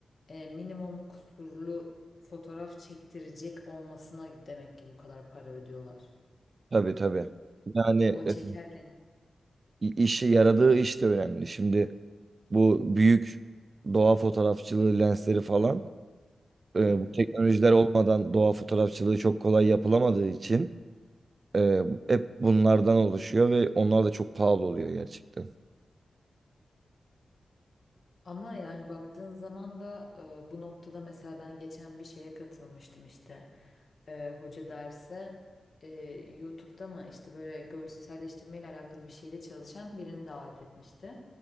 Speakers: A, on the left; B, on the right.
A: e, minimum kusurlu fotoğraf çektirecek olmasına demek ki bu kadar para ödüyorlar.
B: Tabii tabii. Yani
A: O çekerken.
B: e, i- işi yaradığı iş de önemli. Şimdi bu büyük doğa fotoğrafçılığı lensleri falan e,
A: Hı hı.
B: bu teknolojiler olmadan doğa fotoğrafçılığı çok kolay yapılamadığı için Ee, hep bunlardan oluşuyor ve onlar da çok pahalı oluyor gerçekten.
A: Ama yani baktığın zaman da e, bu noktada mesela ben geçen bir şeye katılmıştım işte. E, hoca derse e, YouTube'da mı işte böyle görselleştirme ile alakalı bir şeyde çalışan birini davet etmişti.